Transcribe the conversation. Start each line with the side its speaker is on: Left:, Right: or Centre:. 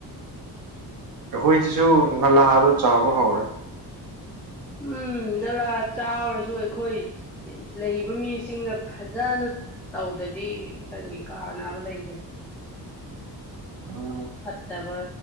Right: ꯑꯩꯈꯣꯏꯁꯤꯁꯨ ꯅꯂꯥꯗꯣ ꯆꯥꯎꯕ ꯍꯧꯔꯦ
Centre: ꯎꯝ ꯅꯂꯥ ꯆꯥꯎꯔꯁꯨ ꯑꯩꯈꯣꯏ ꯂꯩꯕ ꯃꯤꯁꯤꯡꯅ ꯐꯖꯅ ꯇꯧꯗꯗꯤ ꯀꯔꯤ ꯀꯥꯅꯕ ꯂꯩꯒꯦ
Right: <inaudible> ꯎꯝ
Centre: ꯈꯠꯇꯕ